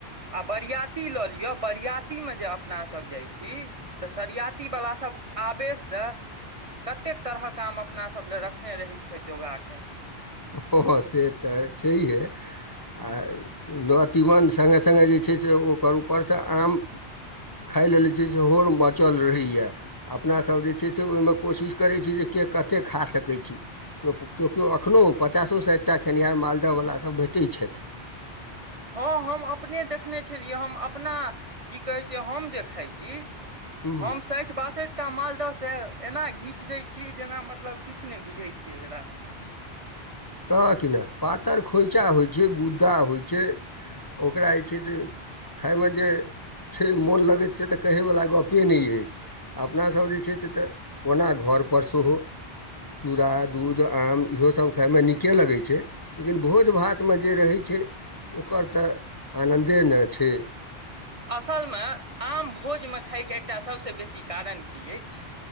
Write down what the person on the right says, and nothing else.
आ बरियाती लऽ लियअ बरियाती मे जे अपनासब जाइ छी तऽ सरियती वला सब आबेश से कतेक तरह काम अपनासब लए रखने रहै छै जोगा के
हँ हम अपने देखने छलियै हम अपना की कहैत छै हम जे खाइत छी
हम साठि बासठ एकटा मालदहसँ एना घीच दै छियै जेना मतलब किछु नहि बुझै छियै एकरा
असलमे आम भोजमे खायके एकटा सभसँ बेसी कारण की अछि